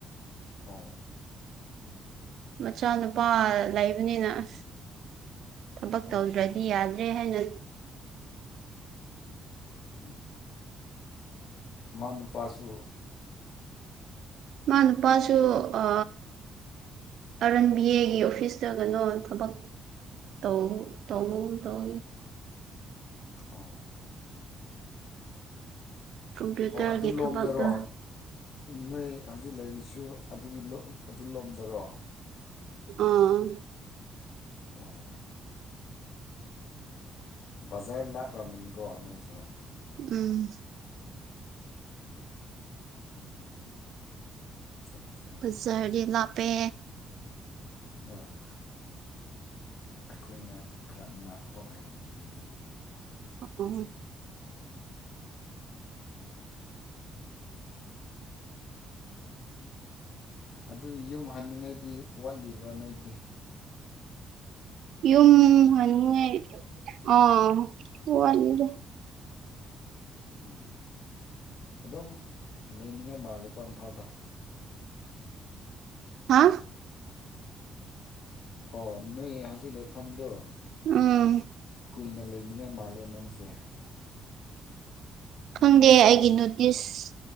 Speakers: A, on the left; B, on the right.
A: ꯍꯣ
B: ꯃꯆꯥꯅꯨꯄꯥ ꯂꯩꯕꯅꯤꯅ ꯑꯁ ꯊꯕꯛ
A: ꯑꯣ
B: ꯇꯧꯗ꯭ꯔꯗꯤ ꯌꯥꯗꯦ ꯔꯦ ꯍꯥꯏꯅ
A: ꯎꯝ ꯃꯟ ꯄꯁꯨ
B: ꯃꯥ ꯑꯗꯨ ꯄꯁꯨ ꯑ ꯑꯥꯔꯟꯕꯤ ꯑꯦꯒꯤ ꯑꯣꯐꯤꯁꯇ ꯀꯅꯣ ꯊꯕꯛ ꯇꯧ ꯇ ꯇꯧ
A: ꯑꯣ
B: ꯀꯝꯄ꯭ꯌꯨꯇꯔꯒꯤ
A: ꯑꯣꯣꯏ ꯑꯗꯨ ꯂꯣꯝꯗꯔꯣ
B: ꯊꯕꯛꯇꯣ
A: ꯅꯣꯏ ꯍꯧꯖꯤꯛ ꯂꯩꯔꯤꯁꯨ ꯑꯗꯨꯒꯤ ꯑꯗꯨ ꯂꯣꯝꯗꯔꯣ
B: ꯑꯥ
A: ꯑꯣ ꯕꯖꯔꯂꯥ ꯄ꯭ꯔꯃꯤꯅꯤ ꯀꯧꯕ ꯑꯟꯏꯁꯣ
B: ꯎꯝ
A: ꯑꯠꯆꯥ ꯑꯠꯆꯥ
B: ꯐꯖꯔꯤ ꯂꯥꯄꯦ
A: ꯍ ꯑꯩꯈꯣꯏꯅ ꯈꯔ ꯥꯛꯄ ꯑꯣꯏꯔꯝꯅꯤꯅꯤ ꯑꯗꯨꯗꯤ
B: ꯑꯣ
A: ꯑꯗꯨ ꯌꯨꯝ ꯍꯟꯅꯤꯡꯉꯥꯏꯗꯤ ꯋꯥꯠꯂꯤꯕ꯭ꯔꯥ ꯅꯣꯏꯗꯤ
B: ꯌꯨꯝꯅꯤꯉꯦ ꯑ ꯍꯗꯦ
A: ꯎꯝ ꯑꯗꯨꯝ ꯂꯩꯅꯤꯡꯉꯥꯏ ꯃꯥꯂꯦꯀꯣ ꯏꯝꯐꯥꯜꯗ
B: ꯍꯥ
A: ꯑꯣ ꯅꯣꯏ ꯍꯧꯖꯤꯛ ꯂꯩꯐꯝꯗꯨꯣ
B: ꯎꯝ
A: ꯀꯨꯏꯅ ꯂꯩꯅꯤꯡꯉꯥꯏ ꯃꯥꯜꯂꯦ ꯅꯪꯁꯦ
B: ꯈꯪꯗꯦ
A: ꯅꯠꯇ꯭ꯔꯒ
B: ꯑꯩꯒꯤ ꯅꯣꯇꯤꯁ